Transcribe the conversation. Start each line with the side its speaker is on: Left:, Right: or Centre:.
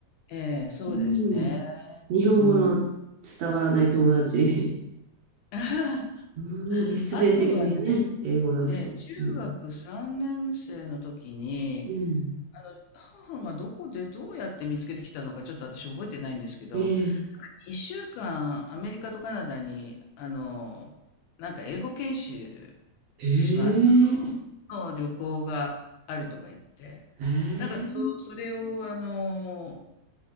Left: ええ、そうですね。
Right: うん、日本語の
Left: うん。
Right: 伝わらない友達。
Left: <laughs>
Right: <laughs> うん、必然的にね、
Left: あとはね、
Right: 英語だし。
Left: ええ、中学3年生の時に、
Right: うん、うん、
Left: あの、母がどこでどうやって見つけてきたのかちょっと私覚えてないんですけど、
Right: ええ、
Left: 一週間、アメリカとカナダに、あの、なんか英語研修
Right: ええ、
Left: しま、の旅行があるとか言って、
Right: ええ、
Left: なんかそう、それを、あの、